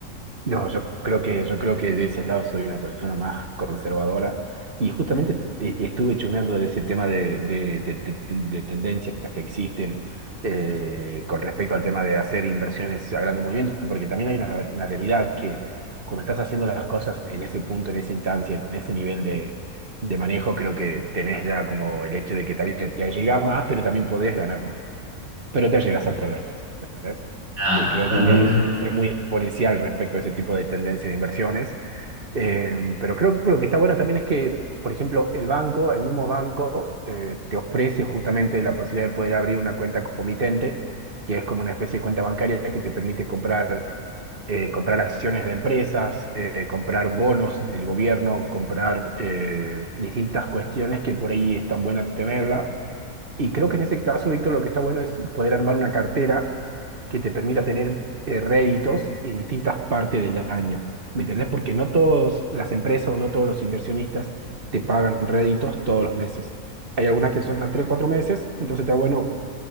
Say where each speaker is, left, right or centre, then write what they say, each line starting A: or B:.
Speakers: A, on the right; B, on the right.
A: No, yo creo que, yo creo que de ese lado soy una persona más conservadora y justamente t- e- estuve chumeando de ese tema de, de, de- de- de tendencias que existen eh, con respecto al tema de hacer inversiones a grande movimiento, porque también hay una, una realidad que cuando estás haciendo las cosas en ese punto, en esa instancia, en ese nivel de, de manejo, creo que tenés ya como el hecho de que también te llega más, pero también podés ganar más pero te llegas a perder más, ¿entendés?
B: Ah,
A: Y creo
B: ah,
A: que
B: ah.
A: es muy exponencial respecto a ese tipo de tendencia de inversiones, Eh, pero creo que lo que está bueno también es que, por ejemplo, el banco, el mismo banco, eh, te ofrece justamente la posibilidad de poder abrir una cuenta comitente, que es como una especie de cuenta bancaria que te permite comprar, eh, comprar acciones de empresas, eh, comprar bonos del gobierno, comprar eh, distintas cuestiones que por ahí están buenas tenerla y creo que en ese caso, Víctor, lo que está bueno es poder armar una cartera que te permita tener eh, réditos en distintas partes del año. ¿Me entendés? Porque no todas las empresas o no todos los inversionistas te pagan réditos todos los meses. Hay algunas que son a 3 4 meses, entonces está bueno